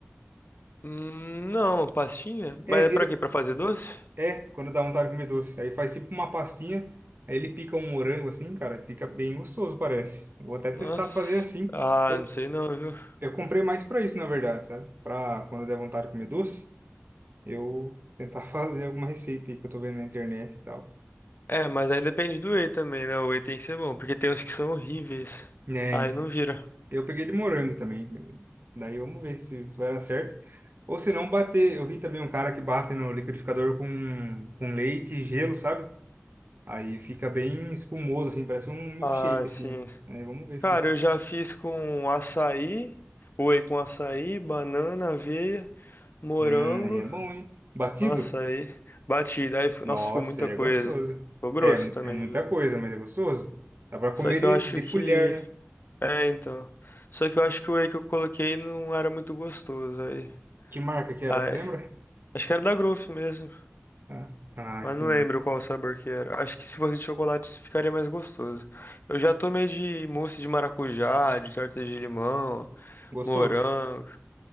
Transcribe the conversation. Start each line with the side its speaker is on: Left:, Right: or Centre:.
Left: Hum, Não, pastinha?
Right: É,
Left: Mas é
Right: vira,
Left: pra quê? Pra fazer doce?
Right: É, quando dá vontade de comer doce. Aí faz tipo uma pastinha, aí ele pica um morango assim, cara, fica bem gostoso, parece. Vou até testar
Left: Nossa.
Right: fazer assim.
Left: Ah,
Right: Eu,
Left: não sei não, viu?
Right: eu comprei mais pra isso, na verdade, sabe? Pra quando der vontade de comer doce, eu tentar <laughs> fazer alguma receita aí que eu tô vendo na internet e tal.
Left: É, mas aí depende do whey também, né? O whey tem que ser bom, porque tem uns que são horríveis.
Right: É,
Left: Aí
Right: então.
Left: não vira.
Right: Eu peguei de morango também. Daí vamos ver se, se vai dar certo. Ou se não, bater. Eu vi também um cara que bate no liquidificador com, com leite e gelo, sabe? Aí fica bem espumoso, assim, parece um milkshake,
Left: Ah,
Right: assim.
Left: sim.
Right: Aí vamos ver
Left: Cara,
Right: se.
Left: eu já fiz com açaí, whey com açaí, banana, aveia, morango.
Right: Hum, aí é bom, hein? Batido?
Left: Nossa, aí batida. Aí, fi-
Right: Nossa,
Left: nossa, ficou muita
Right: aí é
Left: coisa.
Right: gostoso.
Left: Ficou grosso
Right: É,
Left: também,
Right: é muita
Left: viu?
Right: coisa, mas é gostoso. Dá pra
Left: Só
Right: comer
Left: que
Right: de,
Left: eu acho
Right: de
Left: que.
Right: colher, né?
Left: É, então. Só que eu acho que o whey que eu coloquei não era muito gostoso. Aí.
Right: Que marca que era,
Left: Ai,
Right: você lembra?
Left: acho que era da Growth mesmo,
Right: Ah, ah,
Left: mas
Right: entendi.
Left: não lembro qual sabor que era. Acho que se fosse de chocolate ficaria mais gostoso. Eu já tomei de mousse de maracujá, de torta de limão,
Right: Gostou?
Left: morango.